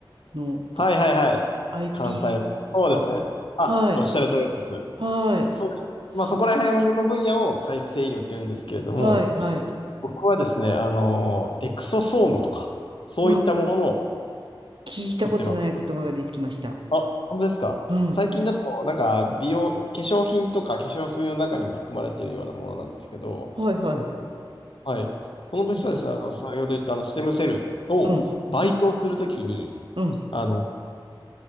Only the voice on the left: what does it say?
はいはいはい。
関西を。
そうですね。あ、
おっしゃる通りです。
そうです。
まあそこら辺の分野を再生医療って言うんですけれども、
僕はですね、あのエクソソームとか、そういったものを
売ってます。あ、本当ですか。
最近だと、なんか、美容、化粧品とか化粧水の中にも含まれているようなものなんですけど、
はい。その物質はですね、
あの、先ほど言ったあの、ステムセルを培養するときに、
あの、